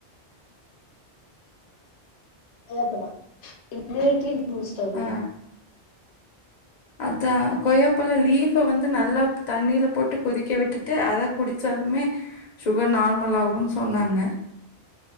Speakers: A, on the left; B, on the left.
A: நாவாப்பழ இம்முனிட்டி பூஸ்டர்
B: ஆ அதா கொய்யாப்பழ லீஃப வந்து நல்லா தண்ணீல போட்டு கொதிக்க விட்டுட்டு அத குடிச்சா மே சுகர் நார்மல் ஆகுன்னு சொன்னாங்க